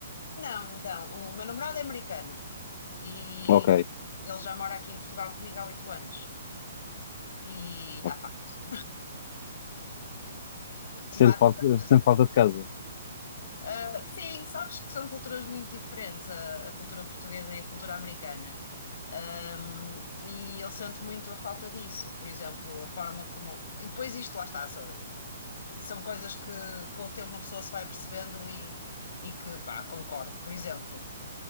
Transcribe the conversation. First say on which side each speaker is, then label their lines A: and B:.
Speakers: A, on the left (about 60°); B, on the left (about 45°).
A: Não, então, o meu namorado é americano e
B: Ok,
A: ele já mora aqui em Portugal comigo há oito anos. E está
B: ok.
A: fácil. Basi-
B: Sente falta, sente falta de casa?
A: Ah, sim, sabes que são culturas muito diferentes, a, a cultura portuguesa e a cultura americana. Ahm, e eu sinto muito a falta disso, por exemplo, a forma como. E depois isto, lá está, são, são coisas que com o tempo uma pessoa se vai percebendo e, e que, pá, concordo. Por exemplo.